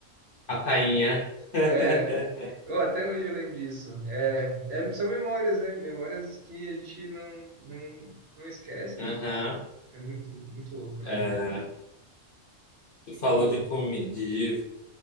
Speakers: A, on the left; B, on the right.
A: A tainha. <laughs>
B: É, eu até hoje eu lembro disso. É, é, são memórias, né? Memórias que a gente não, não, não esquece,
A: Aham.
B: né? É muito, muito louco, né?
A: É, tu falou
B: Pô,
A: de comida. De...